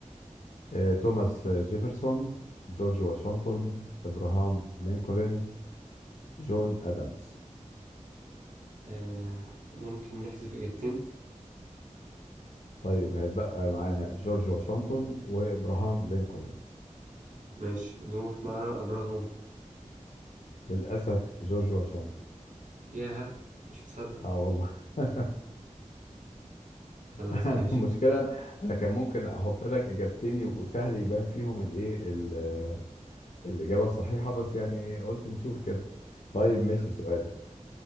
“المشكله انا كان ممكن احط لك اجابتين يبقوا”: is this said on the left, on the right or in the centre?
Left